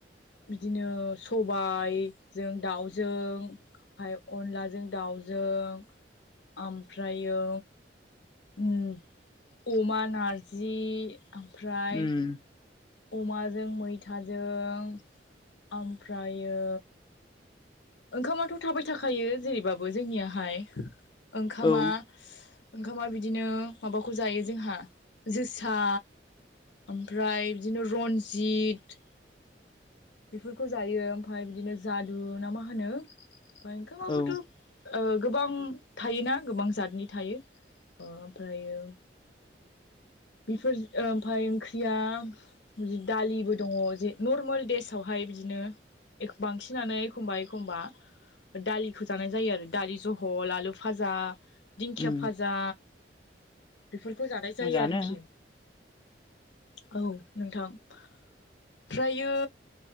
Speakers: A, on the left (about 75°); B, on the left (about 25°).
A: बिदिनो सबायजों दाउजों ओमफ्राय अनलाजों दाउजों ओमफ्रायो उम अमा नारजि ओमफ्राय
B: उम
A: अमाजों मैथाजों ओमफ्रायो ओंखामाथ' थाबाय थाखायो जेरैबाबो जोंनियाहाय ओंखामा
B: औ
A: ओंखामा बिदिनो माबाखौ जायो जोंहा जोसा ओमफ्राय बिदिनो रनजित बेफोरखौ जायो ओमफफ्राय बिदिनो जादु ना मा होनो ओमफ्राय ओंखामाबोथ'
B: औ
A: ओ गोबां थायोना गोबां जातनि थायो ओमफ्रायो बेफोर ओमफाय ओंख्रियाढं दालिबो दङ ज नर्मेल देस फावहाय बिदिनो बांसिनानो एखमबा एखमबा दालिखौ जानाय जायो आरो दालि जहल आलु फाजा दिंखिया
B: उम
A: फाजा बेफोरखौ जानाय जायो
B: मोजाङानो
A: आरोखि औ नोंथां ओफ्रायो